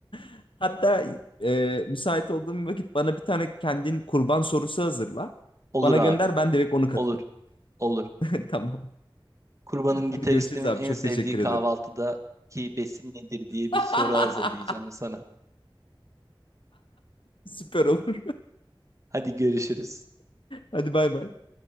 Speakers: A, on the left (about 70°); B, on the right (about 35°).
A: <laughs> Hatta e, müsait olduğum bir vakit bana bir tane kendin kurban sorusu hazırla.
B: Olur
A: Bana
B: abi.
A: gönder ben direkt onu katayım.
B: Olur. Olur.
A: <laughs> Tamam.
B: Kurban'ın gitaristinin
A: Hadi görüşürüz abi.
B: en
A: Çok
B: sevdiği
A: teşekkür
B: kahvaltıdaki
A: ederim.
B: besin nedir diye bir
A: <laughs>
B: soru hazırlayacağım sana.
A: Süper olur.
B: Hadi görüşürüz.
A: Hadi bay bay.